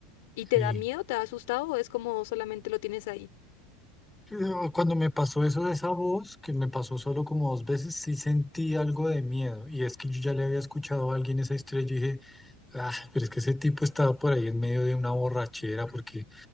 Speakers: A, in the centre; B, on the left.
A: sí.
B: ¿Y te da miedo, te da asustado o es como solamente lo tienes ahí?
A: Pero Cuando me pasó eso de esa voz, que me pasó solo como dos veces, sí sentí algo de miedo. Y es que yo ya le había escuchado a alguien esa historia Ah, pero es que ese tipo estaba por ahí en medio de una borrachera, porque